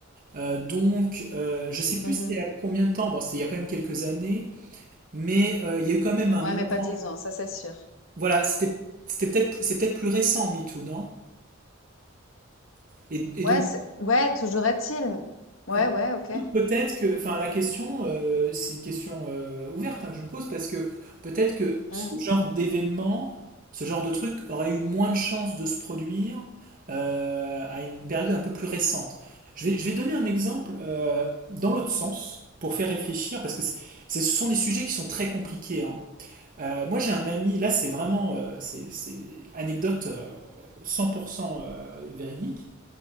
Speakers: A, on the right; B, on the left.
A: Euh, donc, euh, je sais plus
B: Mhm.
A: c'était il y a combien de temps, bon, c'était il y a quand même quelques années, mais euh, il y a eu quand même un...
B: Ouais, mais
A: avant.
B: pas dix ans, ça c'est sûr.
A: Voilà, c'était c'était peut-être c'est peut-être plus récent, MeToo, non? Et, et
B: Ouais,
A: donc,
B: c'est- ouais, toujours est-il. Ouais,
A: Mais
B: ouais, ok.
A: Peut-être que, enfin, la question, euh, c'est une question euh, ouverte hein, que je me pose parce que peut-être que ce
B: Mmh.
A: genre d'événement, ce genre de truc aurait eu moins de chances de se produire euh, à une période un peu plus récente. Je vais, je vais donner un exemple euh, dans l'autre sens pour faire réfléchir parce que c'est- c'est- ce sont des sujets qui sont très compliqués. hein. Euh, moi, j'ai un ami, là, c'est vraiment euh, c'est, c'est anecdote euh, 100% euh, véridique.